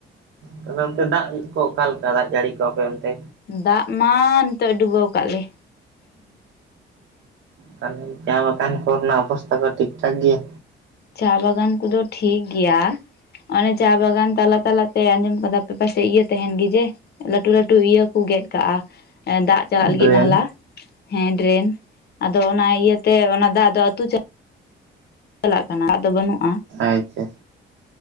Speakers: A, on the right (about 75°); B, on the left (about 55°).
A: ᱛᱟᱦᱚᱞᱮ ᱚᱱᱛᱮ ᱫᱟᱜ ᱠᱚ ᱚᱠᱟ ᱞᱮᱠᱟ ᱫᱟᱜ ᱡᱟᱹᱲᱤ ᱠᱚ ᱟᱯᱮ ᱚᱱᱛᱮ?
B: ᱫᱟᱜ ᱢᱟ ᱱᱤᱛᱚᱜ ᱰᱩᱵᱟᱹᱣ ᱟᱠᱟᱫ ᱞᱮ ᱾
A: ᱛᱟᱦᱚᱞᱮ ᱪᱟ ᱵᱟᱜᱟᱱ ᱠᱚ ᱨᱮᱱᱟᱜ ᱚᱵᱚᱥᱛᱟ ᱠᱚ ᱴᱷᱤᱠ ᱴᱷᱟᱠ ᱜᱮᱭᱟ?
B: ᱪᱟ ᱵᱟᱜᱟᱱ ᱠᱚᱫᱚ ᱴᱷᱤᱠ ᱜᱮᱭᱟ᱾ ᱚᱱᱮ ᱪᱟ ᱵᱟᱜᱟᱱ ᱛᱟᱞᱟ ᱛᱟᱞᱟᱛᱮ ᱟᱸᱡᱚᱢ ᱠᱟᱫᱟ ᱯᱮ ᱯᱟᱥᱮᱡ ᱤᱭᱟᱹ ᱛᱟᱦᱮᱱ ᱜᱮ ᱡᱮ ᱼᱼ ᱞᱟᱹᱴᱩ ᱞᱟᱹᱴᱩ ᱤᱭᱟᱹ ᱠᱩ ᱜᱮᱫ ᱠᱟᱜᱼᱟ ᱫᱟᱜᱼᱼ ᱪᱟᱞᱟᱜ
A: ᱰᱨᱮᱱ
B: ᱞᱟᱹᱜᱤᱫ ᱱᱟᱞᱟ ᱦᱮᱸ ᱰᱨᱮᱱ ᱟᱫᱚ ᱚᱱᱟ ᱤᱭᱟᱹᱛᱮ ᱚᱱᱟ ᱫᱟᱜ ᱫᱚ ᱟᱹᱛᱩ ᱪᱟᱞᱟᱜᱼᱼ ᱪᱟᱞᱟᱜ ᱠᱟᱱᱟ ᱟᱫᱚ ᱵᱟᱹᱱᱩᱜ ᱼᱼ
A: ᱟᱪᱪᱷᱟ